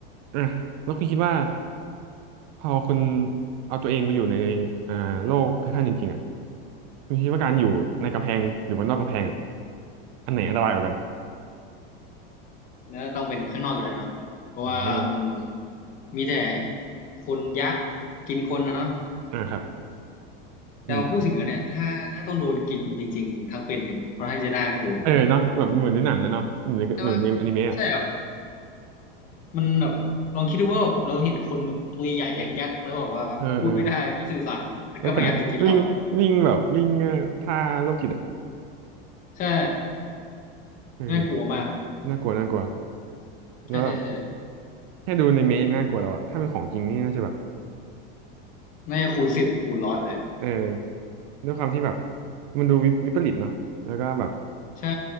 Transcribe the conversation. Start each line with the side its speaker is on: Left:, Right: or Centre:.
Right: อ่ะแล้วคุณคิดว่า พอคุณเอาตัวเองไปอยู่ในอ่าโลกไททันจริงๆอ่ะคุณคิดว่าการอยู่ในกำแพงหรือว่านอกกำแพงอ่ะอันไหนอันตรายกว่ากัน
Left: แล้วต้องเป็นข้างนอกอยู่แล้วเนาะเพราะว่ามัน
Right: อืม
Left: มีแต่คนยักษ์กินคนนะเนาะ
Right: อ่าครับ
Left: แต่พอพูดถึงแล้วเนี่ยถ้าถ้าต้องโดนกินจริงๆทั้งเป็นเนี่ยมันค่อนข้างจะน่ากลัวเหมือนกันนะ
Right: อืมเออเนาะแบบเหมือนในหนังนะเนาะเหมือนในเหมือนในอนิเมะอะ
Left: ใช่ปะใช่ครับมันแบบลองคิดดูว่าแบบเราเห็นคนแบบตัวใหญ่ยักษ์ยักษ์แล้วแบบว่าพูดไม่ได้ไม่สื่อสารแล้วก็พยายามจะกินเรา
Right: เออเออแล้วก็ <laughs> วิ่งวิ่งแบบวิ่งเอ่อท่าโรคจิตอ่ะ
Left: ใช่
Right: เออ
Left: น่ากลัวมาก
Right: น่ากลัวน่ากลัว
Left: ใช่ใช่ใช่
Right: แล้วแบบแค่ดูในเมะยังน่ากลัวแล้วอ่ะถ้าเป็นของจริงนี่น่าจะแบบ
Left: น่าจะคูณสิบคูณร้อยเลย
Right: เออด้วยความที่แบบมันดูวิวิปริตเนาะแล้วก็แบบ
Left: ใช่